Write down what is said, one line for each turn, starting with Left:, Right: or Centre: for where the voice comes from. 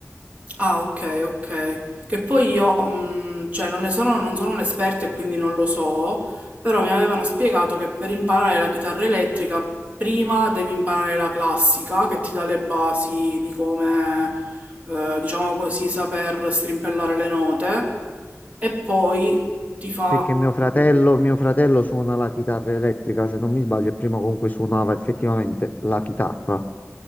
Right: Ah, ok, ok. Che poi io, mh, cioè, non ne sono, non sono un'esperta e quindi non lo so, però mi avevano spiegato che per imparare la chitarra elettrica prima devi imparare la classica, che ti dà le basi di come, eh, diciamo così, saper strimpellare le note, e poi ti fa...
Left: perché mio fratello,
Right: mm,
Left: mio fratello suona la chitarra elettrica, se non mi sbaglio, e prima comunque suonava effettivamente la chitarra.